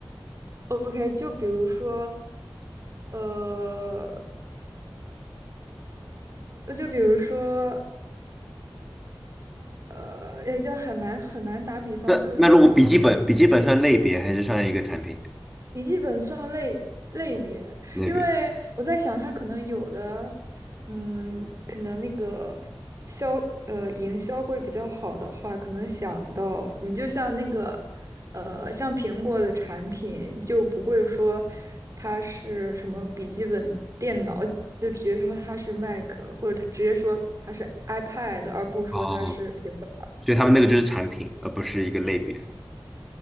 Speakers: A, on the right; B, in the centre.
A: ？OK，就比如说，呃，就比如说，呃，也就很难很难打比方，
B: 那那如果笔记本笔记本算类别还是算一个产品？
A: 就是说。笔记本算类类别，
B: 类别。
A: 因为我在想，它可能有的，嗯，可能那个销呃营销会比较好的话，可能想到你就像那个呃，像苹果的产品就不会说它是什么笔记本电脑，就直接说它是 Mac，或者它直接说它是 iPad，而不说它是平板儿
B: 哦，所以他们那个就是产品，而不是一个类别。